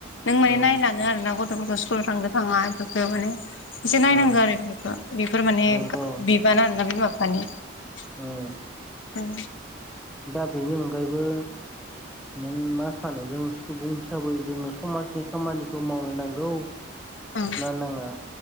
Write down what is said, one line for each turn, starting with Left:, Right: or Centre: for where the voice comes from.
Left: नों माने
Centre: ओम
Left: नायलानो आरो ना गथ'फोरखौ स्कूलाव थांदो थाङा बेफोरखो माने। एसे नायनांगौ
Centre: ओ
Left: आरो बेखौ बेफोर माने
Centre: नंगौ
Left: बिबान आरो ना बिमा बिफानि। औ।
Centre: ओ दा बिनि अनगायैबो नों मा सानो जों सुबुं हिसाबै जोङो समाजनि खामानिखौ मावनो नांगौ।
Left: ओं
Centre: ना नाङा